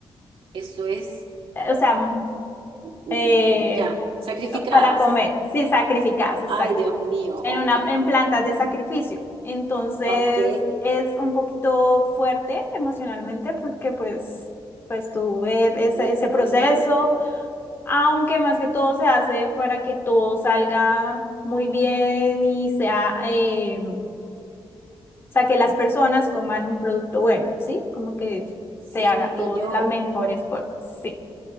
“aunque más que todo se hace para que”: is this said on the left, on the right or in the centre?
Left